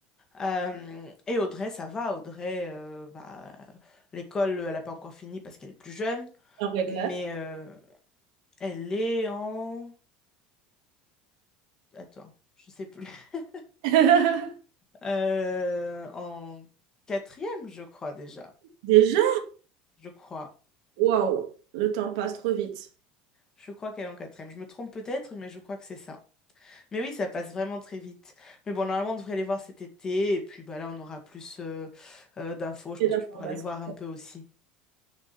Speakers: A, on the left; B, on the right.
A: Euh, et Audrey, ça va. Audrey, euh, bah, l'école, elle n'a pas encore fini parce qu'elle est plus jeune,
B: leur vraie classe.
A: mais euh, elle est en... Attends, je sais plus. <laughs>
B: <laughs>
A: Euh, en quatrième, je crois déjà.
B: Déjà,
A: Je crois.
B: waouh, le temps passe trop vite.
A: Je crois qu'elle est en quatrième. Je me trompe peut-être, mais je crois que c'est ça. Mais oui, ça passe vraiment très vite. Mais bon, normalement, on devrait les voir cet été. Et puis bah, là, on aura plus euh, euh, d'infos. Je
B: J'ai
A: pense
B: l'information.
A: que tu pourras les voir un peu aussi.